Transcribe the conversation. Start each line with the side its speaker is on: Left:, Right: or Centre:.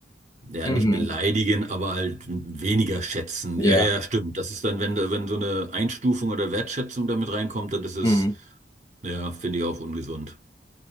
Right: Ja,
Left: Mhm.
Right: nicht beleidigen, aber halt weniger schätzen.
Left: Ja.
Right: Ja, ja, stimmt. Das ist dann, wenn, da- wenn so eine Einstufung oder Wertschätzung damit reinkommt, dann ist es,
Left: Mhm.
Right: ja, finde ich auch ungesund.